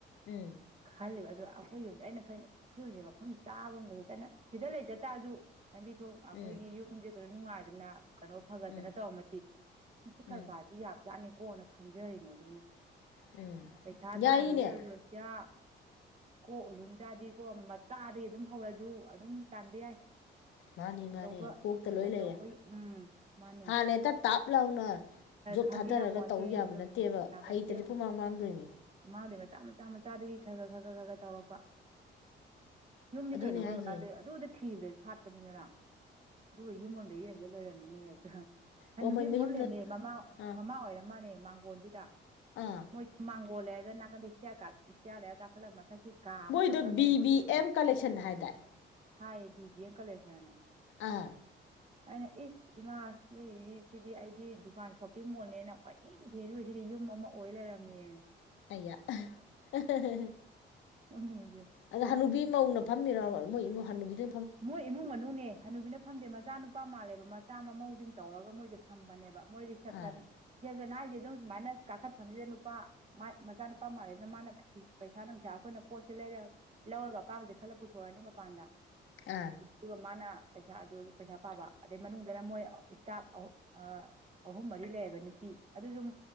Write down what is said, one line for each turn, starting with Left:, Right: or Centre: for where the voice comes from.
Left: ꯎꯝ
Right: ꯈꯜꯂꯦꯕ ꯑꯗꯣ ꯑꯩꯈꯣꯏ ꯌꯨꯝꯁꯦ ꯑꯩꯅ ꯈꯅꯁꯤ ꯈꯨꯜꯖꯦ ꯃꯐꯝ ꯆꯥꯕ ꯑꯃ ꯂꯩꯇꯅ ꯁꯤꯗ ꯂꯩꯖ ꯇꯥꯔꯖꯨ ꯂꯝꯕꯤꯖꯨ ꯑꯥꯎ
Left: ꯎꯝ
Right: ꯑꯩꯈꯣꯏꯒꯤ ꯌꯨꯝꯖꯦ ꯇꯧꯔ ꯅꯨꯡꯉꯥꯏ ꯑꯗꯨꯅ ꯀꯩꯅꯣ ꯐꯒꯠꯇꯅ
Left: ꯎꯝ
Right: ꯇꯧꯔꯝꯃꯗꯤ ꯃꯁꯤ ꯀꯔꯕꯥꯔꯁꯤ
Left: ꯎꯝ
Right: ꯌꯥꯝ ꯆꯥꯠꯅꯤꯀꯣꯅ ꯈꯟꯖꯔꯤꯅꯦꯕ ꯑꯩꯅ
Left: ꯎꯝ
Right: ꯄꯩꯁꯥ
Left: ꯌꯥꯏꯅꯦ
Right: ꯇꯥꯟꯕꯁꯦ ꯑꯦꯖꯣꯟꯁꯤꯌꯥ ꯀꯣꯛ ꯂꯤꯡꯖꯥꯗꯤꯀꯣ ꯃꯥꯗꯒꯤ ꯑꯗꯨꯝ ꯍꯧꯔꯁꯨ ꯑꯗꯨꯝ ꯇꯥꯟꯕ ꯌꯥꯏ
Left: ꯃꯥꯅꯤ
Right: ꯑꯆꯧꯕ
Left: ꯃꯥꯅꯤ ꯀꯣꯛꯇ ꯂꯣꯏ
Right: ꯑꯆꯧꯕ
Left: ꯂꯩꯔꯦ
Right: ꯎꯝ ꯃꯥꯅꯦ
Left: ꯍꯥꯟꯅ ꯍꯦꯛꯇ ꯇꯥꯞ ꯂꯥꯎꯅ ꯖꯣꯠ
Right: ꯐꯪꯒꯦ
Left: ꯊꯥꯗꯔꯒ
Right: ꯌꯥꯄꯣꯟꯇꯦ
Left: ꯇꯧꯕ ꯌꯥꯕ ꯅꯠꯇꯦꯕ
Right: ꯌꯥꯕ
Left: ꯍꯩꯇ꯭ꯔꯗꯤ
Right: ꯅꯠꯇꯦ
Left: ꯄꯨꯃꯥꯡ ꯃꯥꯡꯗꯣꯏꯅꯤ
Right: ꯃꯥꯡꯗꯩ ꯃꯆꯥ ꯃꯆꯥ ꯃꯆꯥꯗꯒꯤ ꯈ ꯈꯔ ꯈꯔ ꯈꯔ ꯈ ꯈꯔ ꯇꯧꯔꯛꯄ ꯌꯨꯝꯅꯤ
Left: ꯑꯗꯨꯅꯦ
Right: ꯀꯩꯅꯣ
Left: ꯍꯥꯏꯁꯦ
Right: ꯃꯣꯏ ꯃꯈꯥꯗꯨ ꯑꯗꯨꯗ ꯊꯤꯕꯗ ꯑꯩ ꯁꯥꯠꯄꯅꯤ ꯉꯔꯥꯡ ꯑꯗꯨꯒ ꯌꯨꯝꯑꯝꯗ ꯏꯔꯦꯟꯖꯟꯅ ꯂꯩꯔꯝꯃꯤꯅꯦ ꯍꯦꯛꯇ ꯍꯅꯨꯕꯤ
Left: ꯑꯣ ꯃꯣꯏ
Right: ꯑꯝ
Left: ꯃꯌꯨꯝꯗ
Right: ꯐꯝ ꯂꯩꯔꯝꯃꯦ ꯃꯃꯥ
Left: ꯑꯥ
Right: ꯃꯃꯥ ꯑꯣꯏꯔ ꯃꯥꯅꯦ ꯃꯥꯡꯒꯣꯟꯖꯤꯗ
Left: ꯑꯥ
Right: ꯃꯣꯏ ꯃꯥꯡ ꯑꯣ ꯂꯩꯔꯒ ꯅꯥꯀꯟꯗꯩ ꯏꯁꯇꯤꯌꯥꯔ ꯀꯥꯛ ꯏꯁꯇꯤꯌꯥꯔꯗꯩꯒ ꯀꯥꯈꯠꯂ ꯃꯊꯛꯀꯤ ꯀꯥ ꯑꯃꯈꯛꯇꯪꯅꯦꯕ
Left: ꯃꯣꯏꯗꯣ ꯕꯤ
Right: ꯃꯣꯏ
Left: ꯕꯤ
Right: ꯗꯨꯀꯥꯟꯖꯦ
Left: ꯑꯦꯝ ꯀꯂꯦꯛꯁꯟ ꯍꯥꯏꯗꯥꯏ
Right: ꯍ ꯕꯤꯗꯤ ꯑꯦ ꯀꯂꯦꯁꯅ
Left: ꯑ
Right: ꯑꯩꯅ ꯏꯁ ꯏꯃꯥ ꯅꯣꯏꯖꯤꯗꯤ ꯁꯤꯗꯤ ꯑꯩꯗꯤ ꯗꯨꯀꯥꯟ ꯁꯣꯞꯄꯤꯡ ꯃꯣꯜꯅꯦꯅ ꯀꯣꯏꯊꯤ ꯊꯤꯔꯤꯅꯤ ꯑꯗꯨꯒ ꯁꯤꯗꯤ ꯌꯨꯝ ꯑꯃ ꯑꯣꯏ ꯂꯩꯔꯝꯃꯦꯅ
Left: ꯑꯌꯥ ꯑꯍ ꯑꯍ ꯑꯍ ꯑꯍ
Right: ꯑꯣꯏꯅꯤ ꯑꯣꯏꯅꯤ
Left: ꯑꯗ ꯍꯅꯨꯕꯤ ꯃꯧꯅ ꯐꯝꯃꯤꯔꯥꯕ ꯃꯣꯏ ꯏꯃ ꯍꯥꯟ ꯅꯨꯕꯤꯗ
Right: ꯃꯣꯏ ꯏꯃꯨꯡ ꯃꯅꯨꯡꯅꯦ ꯍꯅꯨꯕꯤꯅ ꯐꯝꯗꯦ ꯃꯆꯥꯅꯨ ꯄꯥ ꯃꯥꯜꯂꯦꯕ ꯃꯆꯥ ꯃꯃꯧꯖꯤꯡ ꯇꯧꯔꯒ ꯃꯣꯏꯖꯦ ꯐꯝꯕꯅꯦꯕ ꯃꯣꯏ ꯔꯤꯁꯦꯞꯁꯟ
Left: ꯑꯥ
Right: ꯁꯦꯖꯟ ꯍꯥꯏꯖꯦ ꯑꯗꯨꯝ ꯁꯨꯃꯥꯏꯅ ꯀꯥꯈꯠꯐꯝꯖꯤꯗ ꯅꯨꯄꯥ ꯃꯥꯏ ꯃꯆꯥꯅꯨꯄꯥ ꯃꯥꯜꯂꯤ ꯑꯗꯨꯅ ꯃꯥꯅ ꯄꯩꯁꯥ ꯅꯨꯡꯁꯥ ꯑꯈꯣꯏꯅ ꯄꯣꯠꯁꯦ ꯂꯩꯔ ꯂꯧꯔꯒ ꯑꯄꯥꯝꯕꯁꯦ ꯈꯜꯂ ꯄꯨꯊꯣꯛꯑꯅꯤ ꯃꯄꯥꯟꯗ
Left: ꯑꯥ
Right: ꯑꯗꯨꯒ ꯃꯥꯅ ꯄꯩꯁꯥ ꯑꯗꯨ ꯄꯩꯁꯥ ꯄꯥꯕ ꯑꯗꯩ ꯃꯅꯨꯡꯗꯅ ꯃꯣꯏ ꯏꯁꯇꯥꯞ ꯑꯍꯨ ꯑꯥ ꯑꯍꯨꯝ ꯃꯔꯤ ꯂꯩꯑꯕ ꯅꯨꯄꯤ ꯑꯗꯨꯁꯨꯨ